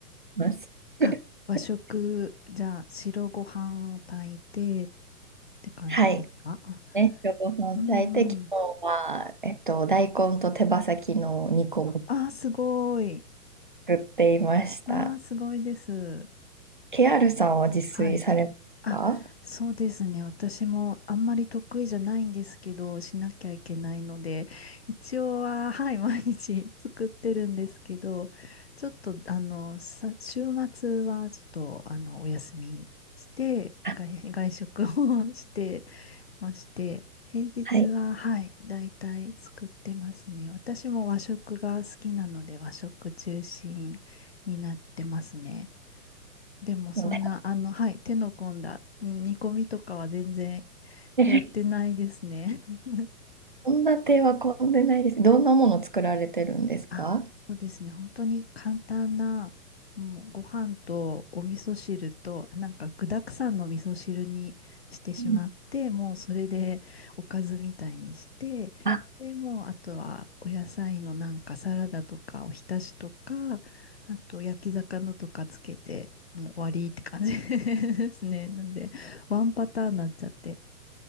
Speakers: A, on the right (about 35°); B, on the left (about 40°).
A: ります。
B: <laughs>
A: <laughs>
B: あ、和食、じゃあ、白ご飯を炊いてって感じですかあ
A: はい。ね、今日ご飯炊いて、
B: うんうん。
A: 昨日は、えっと、大根と手羽先の煮込みを
B: ああ、すごい。
A: 作っていました。
B: ああ、すごいです。
A: ケアルさんは自炊されますか
B: はい。あ、そうですね。私もあんまり得意じゃないんですけど、しなきゃいけないので、一応は、はい、毎日 <laughs> 作ってるんですけど、ちょっと、あの、さ、週末はちょっと、あの、お休みして、
A: あ、
B: 外、外食を <laughs> してまして、平日は、
A: はい。
B: はい、だいたい作ってますね。私も和食が好きなので、和食中心になってますね。でもそんな、
A: <laughs> もう
B: あの、はい、手の込んだ、うん煮込みとかは全然
A: ね
B: やってないですね。
A: <laughs>
B: <laughs>
A: そんな手は込んでないです。どんなもの作られてるんですか
B: あ、そうですね。本当に簡単な、もうご飯とお味噌汁と、なんか具沢山の味噌汁にしてしまって、
A: うん
B: もうそれでおかずみたいにして、
A: あ、
B: で、もうあとはお野菜のなんかサラダとかおひたしとか、あと焼き魚とかつけて、もう終わりって感じ <laughs> ですね。なんで、ワンパターンになっちゃって。